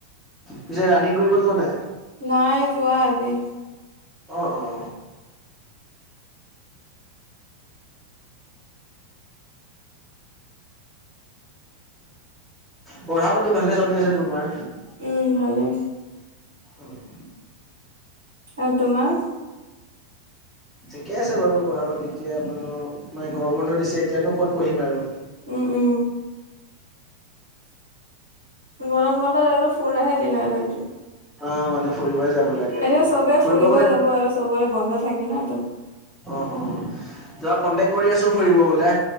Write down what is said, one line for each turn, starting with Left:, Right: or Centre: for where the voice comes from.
Centre: পিছে ৰাণিং কৰিব যোৱা নাই?
Right: নাই যোৱা আজি।
Centre: অঁ' অঁ' পঢ়া পাতি ভালে চলি আছে তোমাৰ।
Right: উম' ভালে।
Centre: অ অ'
Right: আৰু তোমাৰ?
Centre: ঠিকে আছে বাৰু পঢ়া পাতি, তেতিয়া মানে মানে গৰম বন্ধ দিছে এতিয়ানো ক'ত পঢ়িম আৰু।
Right: উম' উম' গৰম বন্ধত আৰু ফুৰাহে দিন আৰু এইটো।
Centre: অঁ' মানে ফুৰিবই যাব- লাগে আৰু
Right: এনেও চবেই
Centre: ফুৰিব
Right: ফুৰিবই
Centre: গ'লে
Right: যাব আৰু চবৰে বন্ধ থাকে ন তো-
Centre: অঁ' অ‍ঁ' যোৱা কণ্টেক কৰি আছো ফুৰিব গলে।